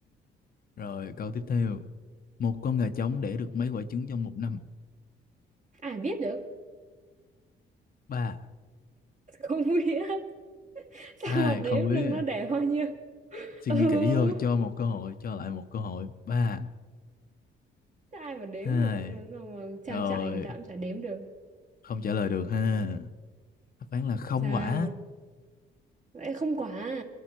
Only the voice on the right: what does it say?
à biết được
không biết <laughs> sao
mà đếm
được nó
đẻ bao nhiêu
ừ
Thế ai mà đếm
được làm sao mà trang
trại người ta cũng chả đếm được
sao
vậy không quả